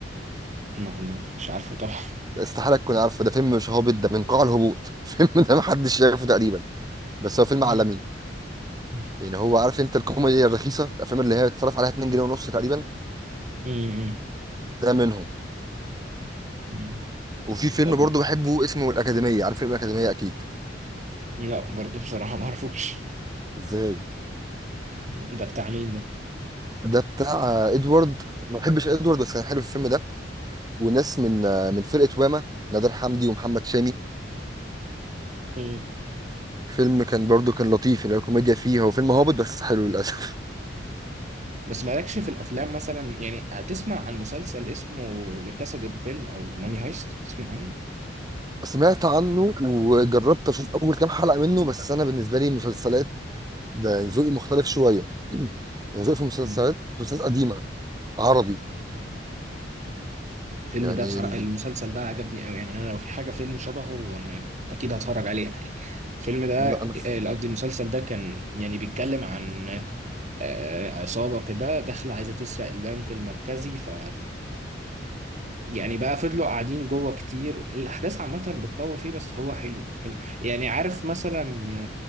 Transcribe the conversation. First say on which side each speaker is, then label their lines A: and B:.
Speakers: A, on the right (about 40°); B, on the right (about 20°).
A: لا لا مش عارفه طبعا
B: ده استحاله تكون عارفه ده فيلم مش هابط ده من قاع الهبوط <laughs> فيلم ده محدش شايفه تقريبا بس هو فيلم
A: مم.
B: عالمي
A: <laughs>
B: يعني هو عارف انت الكوميديا الرخيصه الافلام اللي هي اتفرج عليها 2 جنيه ونص تقريبا
A: مم.
B: ده منهم
A: مم.
B: وفي فيلم
A: طب
B: برضو
A: و-
B: بحبه اسمه الاكاديميه عارف فيلم الاكاديميه اكيد
A: لا برضه بصراحة ما اعرفوش
B: ازاي
A: مم. ده بتاع مين
B: ده بتاع آه، ادوارد ما بحبش ادوارد بس كان حلو الفيلم ده وناس من آه، من فرقه واما نادر حمدي ومحمد شامي
A: ده
B: فيلم كان برضو كان لطيف يعني الكوميديا فيه هو فيلم هابط بس حلو للاسف
A: بس مالكش في الافلام مثلا يعني تسمع عن مسلسل اسمه لكاسا دي بابيل او ماني هايست تسمع عنه
B: <laughs> سمعت عنه وجربت اشوف اول كام حلقه منه بس انا بالنسبه لي مسلسلات ده ذوقي مختلف شويه <clears throat> يعني ذوقي في المسلسلات
A: مم.
B: مسلسلات قديمه عربي
A: الفيلم
B: يعني
A: ده بصراحه المسلسل ده عجبني قوي يعني انا لو في حاجه فيلم شبهه انا اكيد هتفرج عليها يعني الفيلم ده
B: لا انا في...
A: آه، قصدي المسلسل ده كان يعني بيتكلم عن آه، عصابه كده داخله عايزه تسرق البنك المركزي ف يعني بقى فضلوا قاعدين جوه كتير الاحداث عامه بتطول فيه بس هو حلو حلو يعني عارف مثلا